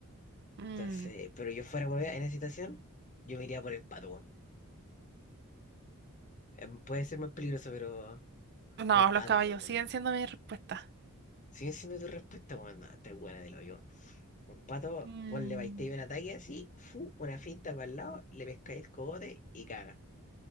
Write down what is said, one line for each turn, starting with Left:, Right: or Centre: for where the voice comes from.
Right: Mm,
Left: Entonces, pero yo fuera, weón, en esa situación, yo me iría por el pato, weón. Em, Puede ser más peligroso, pero
Right: no,
Left: es un pato
Right: los caballos
Left: nomás, weón.
Right: siguen siendo mi respuesta.
Left: Sigue siendo tu respuesta, weón, no, te buena del hoyo. Un pato,
Right: Mm,
Left: vos le vais un ataque así, fu, una finta para el lado, le pescáis el cogote y caga.